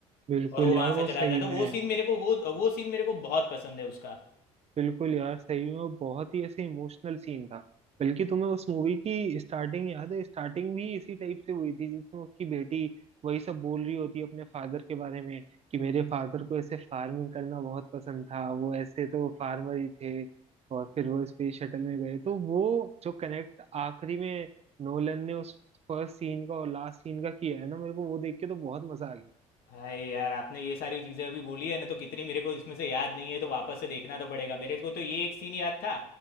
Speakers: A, on the right; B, on the left.
A: बिल्कुल
B: और वो
A: यार
B: वहां से
A: वो
B: चला
A: सही
B: जाता है तो
A: में
B: वो सीन मेरे को वो वो सीन मेरे को बहुत पसंद है उसका
A: बिल्कुल यार सही में वो बहुत ही ऐसे इमोशनल सीन था बल्कि तुम्हें उस मूवी की स्टार्टिंग याद है स्टार्टिंग भी इसी टाइप से हुई थी जिसमें उसकी बेटी वही सब बोल रही होती है अपने फादर के बारे में कि मेरे फादर को ऐसे फार्मिंग करना बहुत पसंद था वो ऐसे तो फार्मर ही थे और फिर वो स्पेस शटल में गए तो वो जो कनेक्ट आखिरी में नोलन ने उस फर्स्ट सीन का और लास्ट सीन का किया है ना मेरे को वो देख के तो बहुत मजा आ गया
B: भाई यार आपने ये सारी चीज़ें अभी बोली है ना तो कितनी मेरे को इसमें से याद नहीं है तो वापस से देखना तो पड़ेगा मेरे को तो ये एक सीन याद था